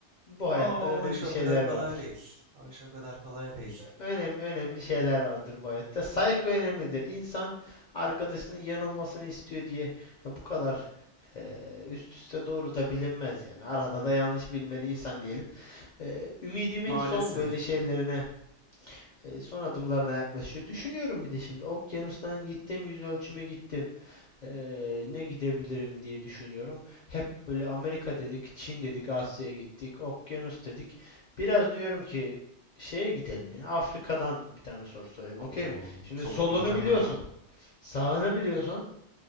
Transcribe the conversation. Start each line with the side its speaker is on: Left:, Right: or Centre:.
Left: bu hayatta
Right: o
Left: önemli
Right: iş o
Left: şeyler
Right: kadar kolay
Left: vardır.
Right: değil. O iş o kadar kolay değil.
Left: Önem, önemli şeyler vardır bu hayatta. Saygı önemlidir. İnsan arkadaşının yanılmasını istiyor diye e, bu kadar eee, üst üste doğru da bilinmez yani. Arada da yanlış bilmeli insan diyelim. Eee, ümidimin
Right: Maalesef.
Left: son böyle şeylerine E, son adımlarına yaklaşıyor. Düşünüyorum bir de şimdi okyanustan gittim, yüz ölçüme gittim. E, ne gidebilirim diye düşünüyorum. Hep böyle Amerika dedik, Çin dedik, Asya'ya gittik, okyanus dedik. Biraz diyorum ki şeye gidelim ya. Afrika'dan bir tane soru sorayım,
Right: Oo,
Left: okey mi? Şimdi
Right: çok
Left: solunu
Right: bilmem
Left: biliyorsun,
Right: ha.
Left: sağını biliyorsun.